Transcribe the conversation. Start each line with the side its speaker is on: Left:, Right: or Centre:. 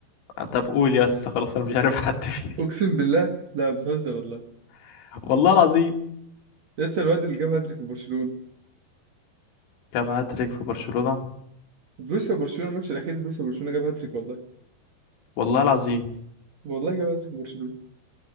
Left: آه، طب قول يا اسطى خلاص انا مش عارف حد فيه
Right: اقسم بالله لا بتهزر والله
Left: <laughs> والله العظيم
Right: لسه الواد اللي جاب هاتريك في برشلونه
Left: كام هاتريك في برشلونه
Right: بروسيا برشلونه الماتش الاخير بروسيا برشلونه جاب هاتريك والله
Left: والله العظيم
Right: والله جاب هاتريك في برشلونه